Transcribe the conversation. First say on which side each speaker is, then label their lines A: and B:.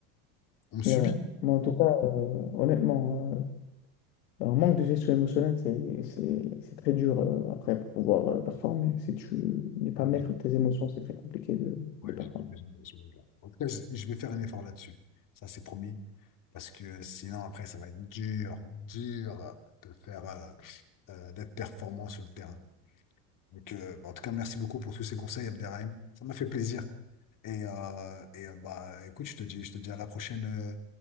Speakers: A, on the left; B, on the left.
A: On me subit.
B: Et ouais. Mais en tout cas, euh, honnêtement, hein, Un manque de gestion émotionnelle, c'est, c'est, c'est très dur euh, après pour pouvoir euh, performer. Si tu n'es pas
A: Ouais,
B: maître
A: j'ai-
B: de tes émotions, c'est très compliqué de,
A: ouais,
B: de performer.
A: j'ai- j'imagine bien, j'imagine bien. En tout cas, je je vais faire un effort là-dessus. Ça, c'est promis. Parce que sinon, après, ça va être dur, dur de faire. euh, euh, d'être performant sur le terrain. Donc, euh, bah, en tout cas, merci beaucoup pour tous ces conseils, Abderrahim. Ça m'a fait plaisir. Et, euh, et euh, bah, écoute, je te dis, je te dis à la prochaine, euh,